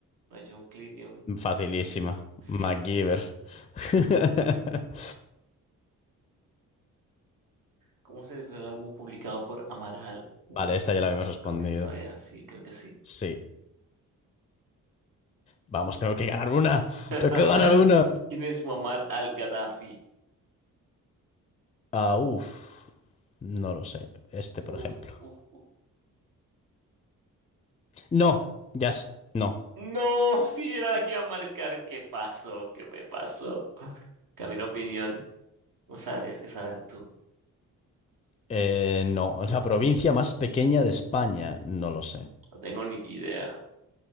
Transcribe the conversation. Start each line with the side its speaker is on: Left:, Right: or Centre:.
Right: Para John Cleese y un
Left: Facilísima.
Right: chicle. Sí.
Left: MacGyver. <laughs>
Right: ¿Cómo se titula el álbum publicado por Amaral? Uh,
Left: Vale, esta
Right: esto
Left: ya la habíamos
Right: c-
Left: respondido.
Right: creo que no sabía. Sí, creo que sí.
Left: Sí. Vamos, tengo que ganar una.
Right: <laughs>
Left: Tengo que ganar una.
Right: ¿Quién es Muammar al-Gaddafi?
Left: Ah, uff. No lo sé. Este, por
Right: Uf,
Left: ejemplo.
Right: uf, uf.
Left: No. Ya s- No.
Right: No, sí, era la que iba a marcar. ¿Qué pasó? ¿Qué me pasó? Camino opinión. O sea, tienes que saber tú.
Left: Eh, no. La provincia más pequeña de España. No lo sé.
Right: No tengo ni idea.